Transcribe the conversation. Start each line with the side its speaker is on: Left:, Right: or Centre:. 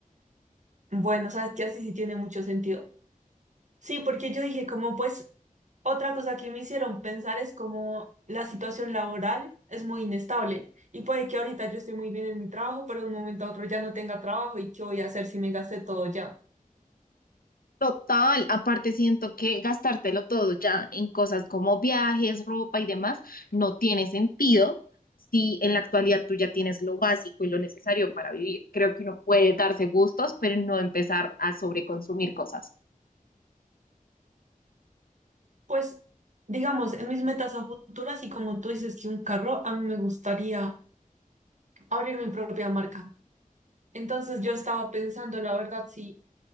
Right: Bueno, sabes que así sí tiene mucho sentido. Sí, porque yo dije, como pues, otra cosa que me hicieron pensar es como la situación laboral es muy inestable y puede que ahorita yo esté muy bien en mi trabajo, pero de un momento a otro ya no tenga trabajo y qué voy a hacer si me gasté todo ya.
Left: Total, aparte siento que gastártelo todo ya en cosas como viajes, ropa y demás no tiene sentido si en la actualidad tú ya tienes lo básico y lo necesario para vivir. Creo que uno puede darse gustos, pero no empezar a sobreconsumir cosas.
Right: Pues, digamos, en mis metas a futuras y como tú dices que un carro, a mí me gustaría abrir mi propia marca Entonces yo estaba pensando, la verdad, sí,